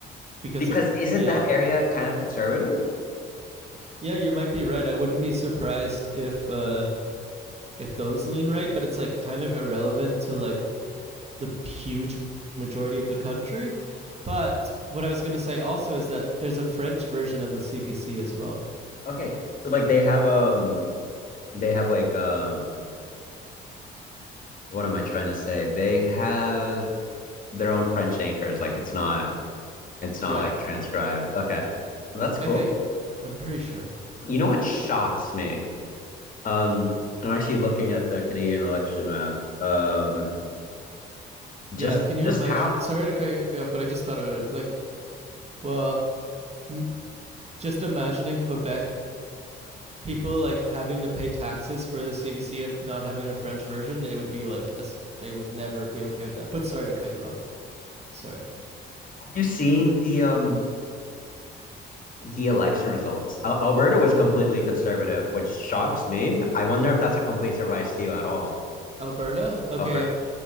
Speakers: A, on the right; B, on the left.
A: because
B: Because
A: like
B: isn't
A: yeah.
B: that area kind of conservative?
A: Yeah, you might be right. I wouldn't be surprised if uh if those lean right, but it's like kind of irrelevant to like the huge majority of the country. But what I was going to say also is that there's a French version of the CBC as well.
B: Okay, so like they have um they have like um what am I trying to say? They have their own French anchors. Like it's not it's not
A: Yeah,
B: like transcribed. Okay, that's cool.
A: I think. I'm pretty sure.
B: You know what shocks me Um, I'm actually looking at the Canadian election map. Um,
A: Yeah,
B: just
A: can you
B: just
A: imagine?
B: how
A: Sorry to cut you off, but I just thought of it. Like, well, m- just imagining Quebec people like having to pay taxes for the CBC and not having a French version, it would be like a s they would never be okay with that. But sorry to cut you off. Sorry.
B: have you seen the um the election results? Al Alberta was completely conservative, which shocks me. I wonder if that's a complete surprise to you at all,
A: <laughs> Alberta? Okay,
B: Alberta.
A: if